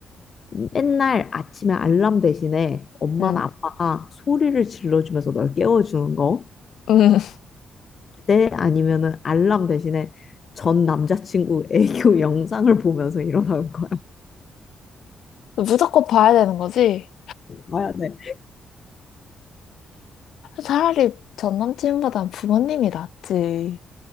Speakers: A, on the left; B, on the left.
A: 맨날 아침에 알람 대신에 엄마나
B: 응.
A: 아빠가 소리를 질러주면서 널 깨워주는 거?
B: 응. <laughs>
A: 때 아니면은 알람 대신에 전 남자친구 애교 <laughs> 영상을 보면서 일어나는 거야.
B: 무조건 봐야 되는 거지?
A: 봐야 돼.
B: 차라리 전 남친보단 부모님이 낫지.